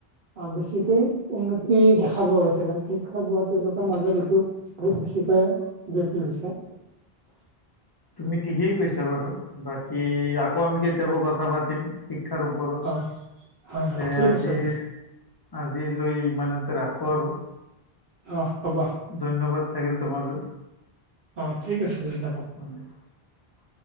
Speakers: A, on the right (about 60°); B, on the left (about 30°).
A: আহ বেছিকে উন্নতি দেখা পোৱা গৈছে কাৰণ কি শিক্ষা হোৱা তেওঁলোকৰ মাজত এইটো বহুত বেছিকে বিয়পি হৈছে
B: তুমি ঠিকেই কৈছা বাৰু বাকী আকৌ আমি কেতিয়াবা কথা পাতিম শিক্ষাৰ ও - ওপৰত
A: হয় হয় হয়
B: তে
A: ঠিক
B: আজি
A: আছে বন্ধু
B: আজিলৈ ইমানতে ৰাখো আৰু
A: অ' হ'ব
B: ধন্যবাদ থাকিল তোমালৈ
A: অ ঠিক আছে ধন্যবাদ
B: হয়- <inaudible>